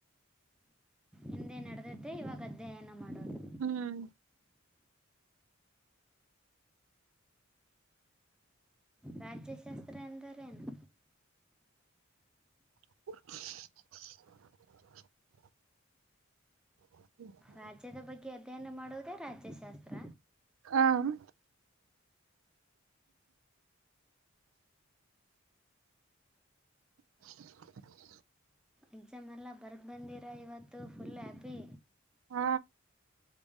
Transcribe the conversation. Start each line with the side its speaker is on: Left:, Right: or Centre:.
Centre: ಹಿಂದೆ ನಡೆದದ್ದೆ ಇವಾಗ್ ಅಧ್ಯಯನ ಮಾಡೋದು.
Right: ಹ್ಮ್
Centre: ರಾಜ್ಯಶಾಸ್ತ್ರ ಅಂದರೇನು?
Right: <inaudible> ಹ್ಮ್
Centre: ರಾಜ್ಯದ ಬಗ್ಗೆ ಅಧ್ಯಯನ ಮಾಡುವುದೇ ರಾಜ್ಯಶಾಸ್ತ್ರ.
Right: ಆಮ್ <inaudible>
Centre: ಎಕ್ಸಾಮ್ ಎಲ್ಲ ಬರೆದು ಬಂದಿರ ಇವತ್ತು ಫುಲ್ ಹ್ಯಾಪಿ.
Right: ಹ